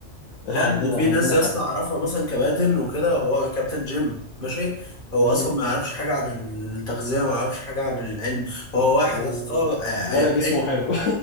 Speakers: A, on the left; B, on the left.
A: <laughs> عندنا
B: لا لا وفي
A: عندنا
B: ناس يا
A: حديد
B: اسطى اعرفها مثلا كباتن وكده هو كابتن جيم ماشي هو
A: مم.
B: اصلا ما يعرفش حاجه عن التغذيه وما يعرفش حاجه عن العلم هو واحد
A: و...
B: يا اسطى آه، آه،
A: ولا
B: يعني
A: جسمه حلو <laughs>